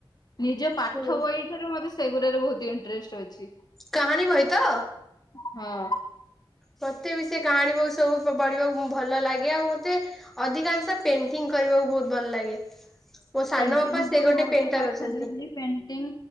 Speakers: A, on the left (about 50°); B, in the centre.
A: ନିଜ ପାଠ
B: ହୁଁ
A: ବହି ଠାରୁ ମତେ ସେଗୁରାରେ ବହୁତ ଇନ୍ ଟ୍ରେଷ୍ଟ ଅଛି।
B: କାହାଣୀ ବହି ତ?
A: ହଁ।
B: ମୋତେ ବି ସେ କାହାଣୀ ବହି ସବୁ ପଢ଼ିବାକୁ ଭଲ ଲାଗେ। ଆଉ ମତେ ଅଧିକାଂଶ ପେଣ୍ଟିଂ କରିବାକୁ ବହୁତ ଭଲ ଲାଗେ। ମୋ ସାନ
A: ପେଣ୍ଟିଂ
B: ବାପା
A: ତ
B: ସେ ଗୋଟେ
A: ମୁଁ
B: ପେଣ୍ଟର
A: ତ ପାଠରେ
B: ଅଛନ୍ତି।
A: ଖାଲି ପେଣ୍ଟିଂ